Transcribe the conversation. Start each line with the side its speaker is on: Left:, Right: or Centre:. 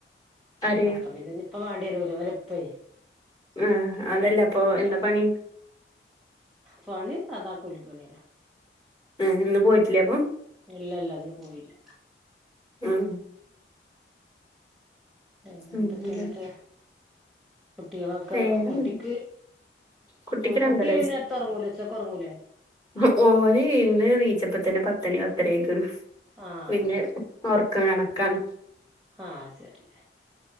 Left: ആര്
Centre: അപ്പൊ പിന്നെ ഇപ്പ വാണ്ടിവരുല വല ഇപ്പേ.
Left: ആ അതല്ലേ പ്പൊ
Centre: ആരാ
Left: എന്താ പണി.
Centre: പണി സാദാ കുലിപണിയന്നാ.
Left: ഏഹ് ഇന്ന് പോയിട്ടില്ലേ അപ്പം
Centre: ഇല്ലല്ല ഇന്നു പോയില്ല.
Left: ഉം.
Centre: പിന്നെ
Left: ഉംല്ലേ
Centre: എന്തൊക്കയണ്പ്പാ. കുട്ടികളൊക്കെ,
Left: വേറെന്തൊക്കെ
Centre: കുട്ടിക്ക്
Left: കുട്ടിക്ക് രണ്ടര
Centre: കുട്ടി ഈ നേരത്തെ ഉറങ്ങുലോ. ച്ചക്ക്റങ്ങൂലേ?
Left: മോന് ഇന്നണീച്ചപ്പ തന്നെ പത്തര പത്തണിയിരിക്കണ്.
Centre: ആഹ്
Left: പിന്നെ ഓർക്കം കണക്കാണ്.
Centre: ആഹ ശരി.